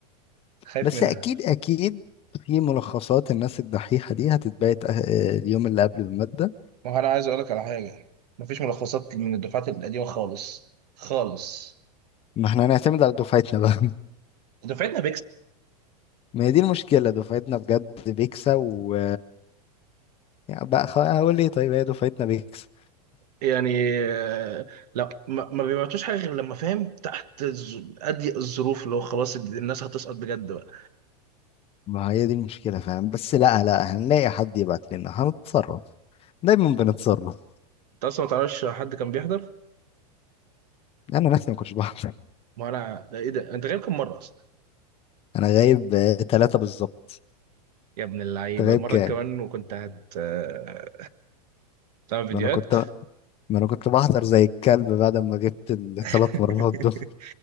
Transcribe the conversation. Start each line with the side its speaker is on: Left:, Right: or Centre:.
Right: خايف
Left: بس
Right: منها
Left: اكيد اكيد في ملخصات الناس الدحيحة دي هتتبعت أه- اليوم اللي قبل المادة
Right: ما هو انا عايز اقول لك على حاجه مفيش ملخصات من الدفعات القديمه خالص خالص
Left: ما احنا هنعتمد على دفعتنا بقى
Right: دفعتنا
Left: <laughs> ما هي دي المشكلة دفعتنا بجد بيكسا و يعني بقى خ- هقول ايه طيب هي دفعتنا بيكسا
Right: يعني آه، لا ما ما بيبعتوش حاجه غير لما فاهم تحت الظ- اضيق الظروف اللي هو خلاص الناس هتسقط بجد بقى
Left: ما هي دي المشكلة فاهم بس لا لا هنلاقي حد يبعت لنا هنتصرف دايما بنتصرف
Right: انت اصلا ما تعرفش حد كان بيحضر
Left: انا نفسي ما كنتش بحضر
Right: ما انا لا ايه ده انت غايب كم مره اصلا
Left: انا غايب آه، ثلاثة بالظبط
Right: يا ابن اللعيبه
Left: انت غايب
Right: مره
Left: كام
Right: كمان وكنت هت آه، تعمل فيديوهات
Left: ما انا كنت ما انا كنت بحضر زي الكلب بعد ما جبت الثلاث
Right: <laughs>
Left: مرات دول